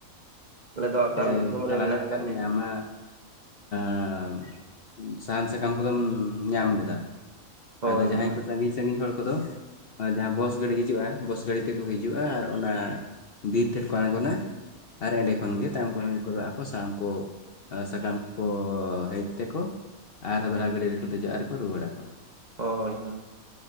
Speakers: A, on the right (about 40°); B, on the left (about 55°).
A: ᱟᱞᱮ ᱫᱚ ᱟᱠᱟᱞ
B: <unintelligible>
A: ᱫᱤᱥᱚᱢ
B: ᱪᱟᱞᱟ
A: ᱨᱮ ᱢᱮᱱᱟᱜ
B: ᱞᱮᱱᱠᱷᱟᱱ
A: ᱟᱠᱟᱫ ᱞᱮᱭᱟ
B: ᱧᱟᱢᱟ ᱼᱼ ᱥᱟᱦᱟᱱ ᱥᱟᱠᱟᱢ ᱠᱚᱫᱚᱢ ᱧᱟᱢ ᱜᱚᱫᱟ ᱾
A: ᱦᱳᱭ
B: ᱟᱫᱚ ᱡᱟᱦᱟᱸᱭ
A: ᱦᱳᱭ
B: ᱠᱚ ᱥᱟᱺᱜᱤᱧ ᱥᱟᱺᱜᱤᱧ ᱦᱚᱲ ᱠᱚᱫᱚ ᱼᱼ ᱡᱟᱦᱟᱸ ᱵᱚᱥ ᱜᱟᱹᱲᱤ ᱦᱤᱡᱩᱜᱼᱟ ᱵᱚᱥ ᱜᱟᱹᱲᱤ ᱛᱤᱠᱚ ᱦᱤᱡᱩᱜᱼᱟ ᱟᱨ ᱚᱱᱟ ᱼᱼ ᱵᱤᱨ ᱴᱷᱮᱫ ᱠᱚ ᱟᱬᱜᱚᱱᱟ ᱟᱨ ᱮᱸᱰᱮ ᱠᱷᱚᱱ ᱜᱮ <unintelligible> ᱜᱚᱫᱚᱜ ᱟᱠᱚ ᱥᱟᱦᱟᱱ ᱠᱚ ᱥᱟᱠᱟᱢ ᱠᱚᱠᱚ ᱦᱮᱡ ᱛᱮᱠᱚ ᱼᱼ ᱟᱨᱦᱚᱸ ᱫᱚᱲᱦᱟ ᱜᱟᱹᱰᱤ ᱨᱮᱠᱚ ᱫᱮᱡᱚᱜᱼᱟ ᱟᱨᱠᱚ ᱨᱩᱭᱟᱹᱲᱟᱠᱚ
A: ᱦᱳᱭ ᱦᱳᱭ